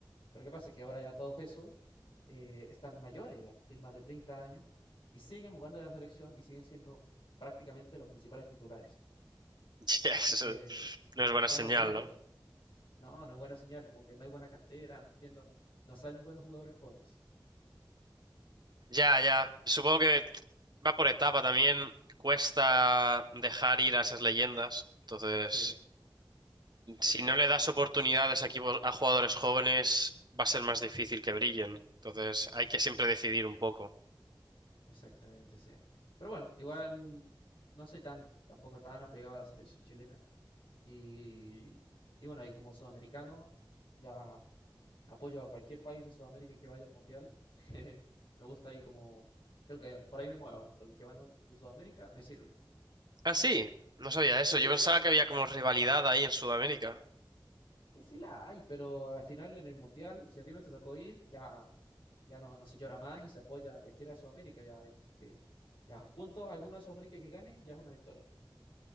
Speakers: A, on the left; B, on the right.
A: Pero ¿qué pasa? Que ahora ya todos esos eh, están mayores ya, tienen más de 30 años y siguen jugando en la selección y siguen siendo prácticamente los principales titulares.
B: <laughs> Ya,
A: Así
B: eso
A: que
B: no es buena
A: ya
B: señal,
A: no rinden
B: ¿no?
A: ya. No, no es buena señal, como que no hay buena cantera, no entiendo, no salen buenos jugadores jóvenes.
B: Ya, ya. Supongo que va por etapa también. Cuesta dejar ir a esas leyendas. Entonces,
A: Sí, tal
B: si
A: cual.
B: no le das oportunidades a equipos, a jugadores jóvenes, va a ser más difícil que brillen. Entonces, hay
A: Es
B: que siempre decidir un poco.
A: exactamente, sí. Pero bueno, igual no soy tan, tampoco tan apegado a la selección chilena. Y, y bueno, y como sudamericano, ya Apoyo a cualquier país de Sudamérica que vaya al Mundial. <laughs> Me gusta ahí como... Creo que por ahí me muevo. Entre los que van a- de Sudamérica, me sirve.
B: Ah, sí, no sabía eso.
A: Sí,
B: Yo pensaba que había como rivalidad ahí en Sudamérica.
A: pues sí la hay, pero al final en el Mundial, si a ti no te tocó ir, ya, ya no, no se llora más y se apoya a cualquiera de Sudamérica. Ya es como que... Ya juntos, alguno de Sudamérica que gane, ya es una victoria.